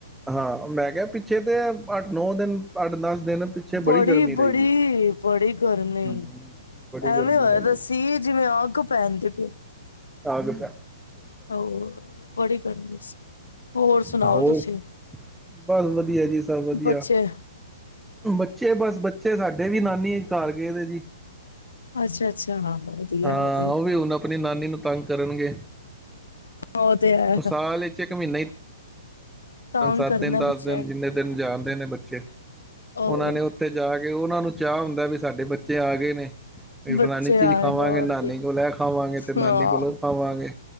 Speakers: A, in the centre; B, on the left.
A: ਹਾਂ ਮੈਂ ਕਿਹਾ ਪਿੱਛੇ ਤੇ ਅੱਠ ਨੌ ਦਿਨ ਅੱਠ ਦਸ ਦਿਨ ਪਿੱਛੇ
B: ਬੜੀ
A: ਗਰਮੀ ਰਹੀ
B: ਬੜੀ
A: ਹੈ
B: ਬੜੀ ਗਰਮੀ
A: ਹਮ ਬੜੀ
B: ਐਵੇਂ
A: ਗਰਮੀ
B: ਹੋਇਆ
A: ਹੈਗੀ
B: ਰਸੀ ਜਿਵੇਂ ਅੱਗ ਪਹਿਨਦੇ ਪਏ
A: ਆਗਤ
B: <unintelligible> <unintelligible> ਸੀ। ਹੋਰ ਸੁਣਾਓ
A: ਹੋਰ
B: ਤੁਸੀਂ
A: ਬਸ ਵਧੀਆ ਜੀ ਸਭ ਵਧੀਆ
B: ਬੱਚੇ
A: ਬੱਚੇ ਬਸ ਬੱਚੇ ਸਾਡੇ ਵੀ ਨਾਨੀ ਘਰ ਗਏ ਜੀ <inaudible> <inaudible>
B: ਅੱਛਾ ਅੱਛਾ ਹਾਂ ਵਧੀਆ
A: ਹਾਂ
B: ਵਧੀਆ
A: ਉਹ ਵੀ ਹੁਣ ਆਪਣੀ ਨਾਨੀ ਨੂੰ ਤੰਗ ਕਰਨਗੇ
B: ਉਹ ਤੇ ਹੈ
A: ਮ ਸਾਲ ਇੱਕ ਮਹੀਨਾ ਹੀ
B: ਤੰਗ
A: ਪੰਜ ਸੱਤ
B: ਕਰਨਾ
A: ਦਿਨ ਦਸ
B: ਬੱਚਿਆਂ
A: ਦਿਨ
B: ਨੂੰ
A: ਜਿੰਨੇ ਦਿਨ ਜਾਣਦੇ ਨੇ ਬੱਚੇ
B: ਹੋਰ
A: ਉਹਨਾਂ ਨੇ ਉੱਥੇ ਜਾ ਕੇ ਉਹਨਾਂ ਨੂੰ ਚਾਹ ਹੁੰਦਾ ਵੀ ਸਾਡੇ ਬੱਚੇ ਆ ਗਏ ਨੇ ਵੀ ਫਲਾਨੀ
B: ਬੱਚੇ ਆਏ
A: ਚੀਜ਼ ਖਾਵਾਂਗੇ
B: ਨੇ ਹੋਰ
A: ਨਾਨੀ
B: ਕੀ
A: ਕੋਲ ਇਹ ਖਾਵਾਂਗੇ ਤੇ ਨਾਨੀ
B: ਹਾਂ
A: ਕੋਲ ਉਹ ਖਾਵਾਂਗੇ